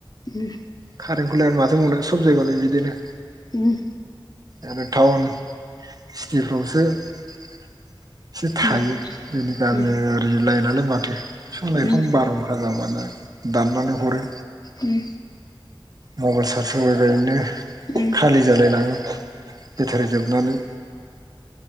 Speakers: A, on the left (about 45°); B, on the right (about 45°).
A: उम।
B: खारेनखौलाय आरो माथो बुंनो सब जायगायावनो बिदिनो।
A: उमह।
B: आरो टाउन सिटिफ्रावसो एसे थायो
A: उम उम
B: जोंनि गामिआरि
A: उम
B: लाइन आ लाय बवाथो फिफां-लाइफां
A: उम
B: बारहुखार‌ जाव मोनो। दानबानो हरो
A: उम
B: मबाइल सार्ज होबाय बायनो नो
A: उम
B: खालि जालाय लाङो बेटारि जोबनानै।